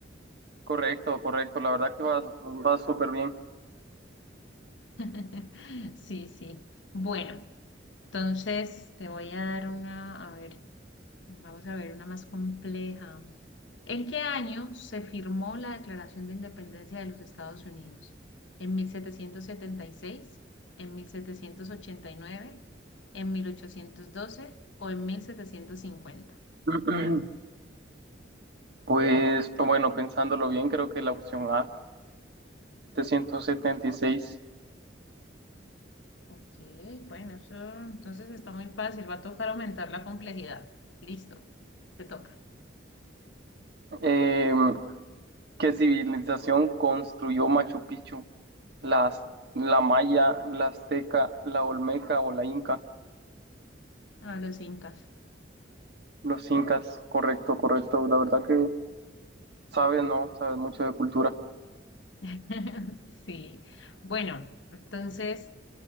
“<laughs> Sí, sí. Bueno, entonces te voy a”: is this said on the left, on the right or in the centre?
Left